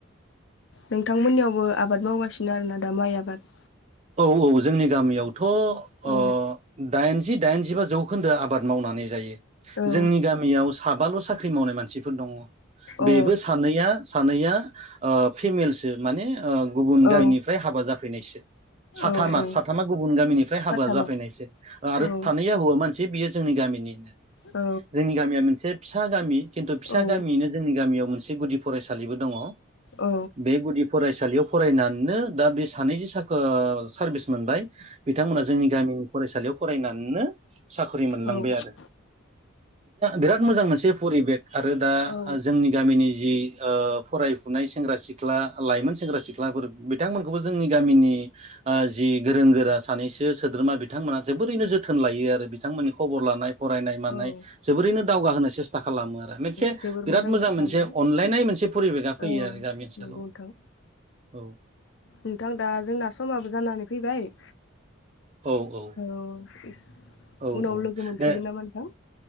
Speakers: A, on the left; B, on the right.
A: नोंथांमोननियावबो आबाद मावगासिनो आरोना दा माइ आबाद
B: औ औ जोंनि गामियावथ'
A: औ
B: ओ दाइन दाइनजिबा जौखोन्दो आबाद मावनानै जायो
A: औ
B: जोंनि गामियाव साबाल' साख्रि मावनाय मानसिफोर दङ
A: औ
B: बेबो सानैया सानैया फिमेलसो माने गुबुन
A: औ
B: गामिनिफ्राय हाबा जाफैनायसो साथामा
A: औ औ
B: साथामा गुबुन गामिनिफ्राय हाबा
A: साथामा
B: जाफैनायसो आरो
A: औ
B: सानैया हौवआ मानसि मोनसे बियो जोंनि गामिनिनो
A: औ
B: जोंनि गामिया मोनसे फिसा गामि खिन्थु फिसा
A: औ
B: गामियैनो जोंनि गामियाव मोनसे गुदि फरायसालिबो दङ
A: औ
B: बे गुदि फरायसालियाव फरायनानैनो दा बे सानै ज सा सारभिस मोनबाय बिथांमोना जोंनि गामि फरायसालियाव फरायनानैनो साख्रि मोनलांबाय
A: औ
B: आरो बिराद मोजां मोनसे परिबेक आरो दा
A: औ
B: जोंनि गामिनि जि ओ फरायफुनाय सेंग्रा सिख्ला लाइमोन सेंग्रा सिख्लाफोर बिथांमोनखौबो जोंनि गामिनि जि गोरों गोरा सानैसो सोद्रोमा बिथांमोना जोबोरैनो जोथोन लायो आरो बिथांमोननि खबर लानाय फरायनाय मानाय
A: औ
B: जोबोरैनो दावगाहोनो सेस्था खालाम खालामो आरो मोनसे
A: जोबोर
B: बिराद
A: मोजांनि
B: मोजां
A: खोथा
B: मोनसे
A: नोंथां
B: अनलायनाय मोनसे फरिबेका फैयो
A: औ
B: आरो गामि ओनसोलाव
A: नंगौ नोंथां
B: औ
A: नोंथां दा जोंना समाबो जानानै फैबाय
B: औ औ
A: औ उनाव
B: औ
A: लोगो मोनफिगोन
B: दे
A: ना नोंथां